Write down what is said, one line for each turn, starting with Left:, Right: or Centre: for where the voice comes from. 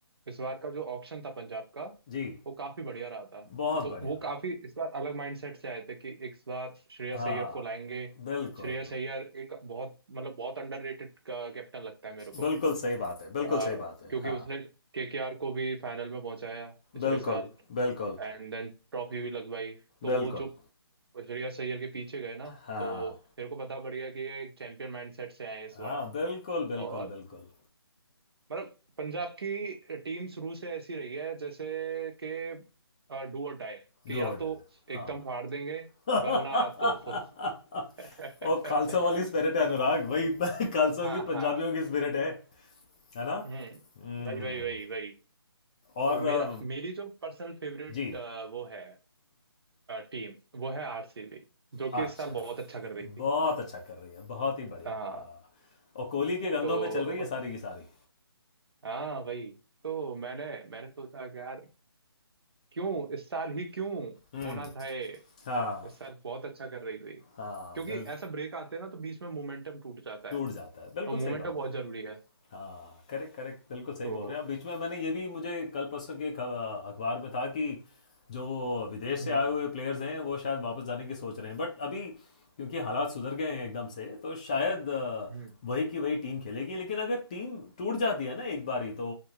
Right: इस बार का जो ऑप्शन था पंजाब का
Left: जी
Right: वो काफी बढ़िया रहा था
Left: बहुत
Right: तो
Left: बढ़िया
Right: वो काफी इस बार अलग माइंडसेट से आए थे कि इस बार श्रेयस
Left: हाँ
Right: अय्यर को लाएंगे
Left: बिल्कुल
Right: श्रेयस अय्यर एक बहुत मतलब बहुत अंडररेटेड कैप्टन लगता है मेरे को
Left: बिल्कुल
Right: अ,
Left: सही बात है बिल्कुल
Right: क्योंकि
Left: सही बात है हाँ
Right: उसने केकेआर को भी फाइनल में पहुंचाया पिछले
Left: बिल्कुल
Right: साल
Left: बिल्कुल
Right: एंड देन ट्रॉफी भी लगवाई तो
Left: बिल्कुल
Right: वो जो श्रेयस अय्यर के पीछे गए ना
Left: हाँ
Right: तो मेरे को पता पड़ गया कि ये एक चैंपियन माइंडसेट से आए हैं इस बार
Left: हाँ बिल्कुल बिल्कुल
Right: और
Left: बिल्कुल
Right: मतलब पंजाब की टीम शुरू से ऐसी रही है जैसे कि डू और डाई कि
Left: डूड
Right: या तो एकदम
Left: हाँ
Right: फाड़ देंगे
Left: <laughs>
Right: वरना तो फुस
Left: और
Right: <laughs>
Left: खालसा वाली स्पिरिट है अनुराग वही <laughs> खालसाओं
Right: हाँ
Left: की पंजाबियों
Right: हाँ
Left: की स्पिरिट है है ना
Right: हम्म
Left: हम्म
Right: वही वही वही वही
Left: और
Right: तो मेरा
Left: अ,
Right: मेरी जो पर्सनल फेवरेट
Left: जी
Right: वो है टीम वो है आरसीबी जो कि
Left: अच्छा
Right: इस साल बहुत अच्छा कर रही थी
Left: बहुत अच्छा कर रही है बहुत ही बढ़िया
Right: हाँ
Left: हाँ और कोहली के गंदों
Right: तो
Left: में चल रही है सारी की सारी
Right: हाँ वही तो मैंने मैंने सोचा कि यार क्यों इस साल ही क्यों
Left: हम्म
Right: होना था ये
Left: हाँ
Right: इस साल बहुत अच्छा कर रही थी
Left: हाँ
Right: क्योंकि
Left: बिल
Right: ऐसा ब्रेक आते हैं ना तो बीच में मोमेंटम टूट जाता
Left: टूट
Right: है
Left: जाता है बिल्कुल
Right: और मोमेंटम
Left: सही बात
Right: बहुत
Left: है
Right: जरूरी है
Left: हाँ करेक्ट करेक्ट बिल्कुल सही
Right: तो
Left: बोल रहे हैं अब बीच में मैंने ये भी मुझे कल परसों के ख- अखबार में था कि जो विदेश से
Right: हम्म
Left: आए हुए प्लेयर्स हैं वो शायद वापस जाने की सोच रहे हैं बट अभी क्योंकि हालात सुधर गए हैं एकदम से तो शायद अ,
Right: हम्म
Left: वही की वही टीम खेलेगी लेकिन अगर टीम टूट जाती है ना एक बार ही तो